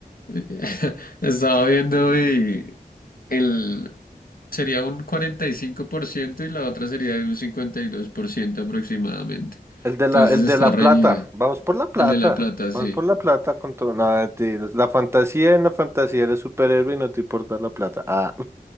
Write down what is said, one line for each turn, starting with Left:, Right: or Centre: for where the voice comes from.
Left: <laughs> estaba viendo y el, sería un cuarenta y cinco por ciento y la otra sería de un 52% aproximadamente.
Right: El de
Left: Entonces
Right: la, el
Left: está
Right: de la
Left: reñido.
Right: plata. Vamos por la plata.
Left: El de la plata, sí.
Right: Vamos por la plata con todo. Nada, mentiras. La fantasía en la fantasía eres superhéroe y no te importa la plata. Ah,